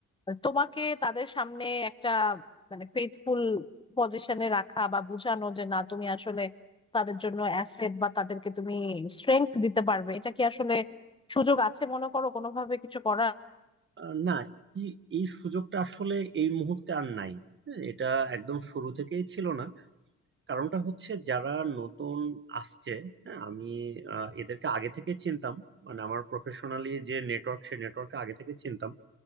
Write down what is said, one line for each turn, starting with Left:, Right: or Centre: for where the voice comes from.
Left: তোমাকে তাদের সামনে একটা মানে ফেথফুল পজিশনে রাখা বা বোঝানো যে না তুমি আসলে তাদের জন্য অ্যাসেট বা তাদেরকে তুমি স্ট্রেংথ দিতে পারবে এটা কি আসলে সুযোগ আছে মনে করো কোনোভাবে কিছু করার
Right: আহ, না এই এই সুযোগটা আসলে এই মুহূর্তে আর নাই হ্যাঁ, এটা একদম শুরু থেকেই ছিল না কারণটা হচ্ছে যারা নতুন আসছে হ্যাঁ আমি আহ, এদেরকে আগে থেকে চিনতাম মানে আমার প্রফেশনালি যে নেটওয়ার্ক সে নেটওয়ার্কে আগে থেকে চিনতাম